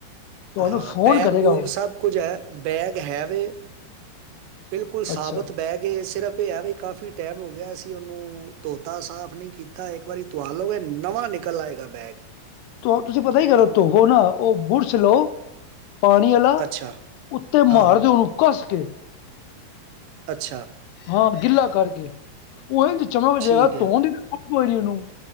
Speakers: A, on the left; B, on the right.
A: ਤੁਹਾਨੂੰ
B: ਹਾਂ
A: ਫੋਨ
B: ਬੈਗ
A: ਕਰੇਗਾ
B: ਬੂਗ
A: ਉਹ
B: ਸਭ ਕੁਝ ਹੈ, ਬੈਗ ਹੈਵੇ ਬਿਲਕੁਲ
A: ਅੱਛਾ
B: ਸਾਬਤ ਬੈਗ ਏ ਸਿਰਫ ਪਿਆ ਵੀ ਕਾਫ਼ੀ ਟਾਈਮ ਹੋ ਗਿਆ, ਅਸੀਂ ਉਹਨੂੰ ਧੋਤਾ ਸਾਫ਼ ਨਹੀਂ ਕੀਤਾ ਇੱਕ ਵਾਰੀ ਧੂਆ ਲਓਗੇ ਨਵਾਂ ਨਿ ਨਿਕਲ ਆਏਗਾ ਬੈਗ।
A: ਤੁਸੀਂ ਪਤਾ ਕੀ ਕਰੋ ਧੋਵੋ ਨਾ ਉਹ ਬੁਰਸ਼ ਲਓ ਪਾਣੀ ਨਾਲ
B: ਅੱਛਾ
A: ਉੱਤੇ
B: ਹਾਂ
A: ਮਾਰਦਿਉ
B: ਹਾਂ
A: ਓਨੂੰ ਕੱਸ ਕੇ
B: ਅੱਛਾ।
A: ਹਾਂ ਗਿੱਲਾ ਕਰਕੇ ਓ ਏਜ ਚਮਕ ਜੇਗਾ
B: ਠੀਕ ਹੈ
A: ਧੋਣ ਲੋੜ ਕੋਈ ਨੀ ਉਹਨੂੰ